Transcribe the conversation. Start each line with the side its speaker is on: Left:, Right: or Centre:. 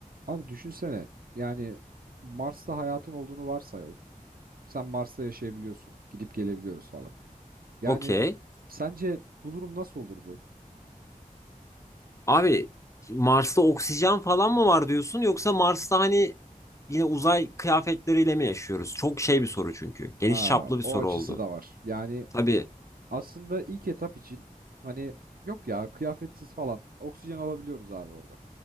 Right: Abi düşünsene yani Mars'ta hayatın olduğunu varsayalım. Sen Mars'ta yaşayabiliyorsun. Gidip gelebiliyoruz falan. Yani
Left: Okey.
Right: sence bu durum nasıl olurdu?
Left: Abi Mars'ta oksijen falan mı var diyorsun yoksa Mars'ta hani yine uzay kıyafetleriyle mi yaşıyoruz? Çok şey bir soru çünkü. Geniş
Right: Ha,
Left: çaplı bir soru
Right: o açısı
Left: oldu.
Right: da var. Yani
Left: Tabii.
Right: aslında ilk etap için hani yok ya kıyafetsiz falan oksijen alabiliyoruz abi orada.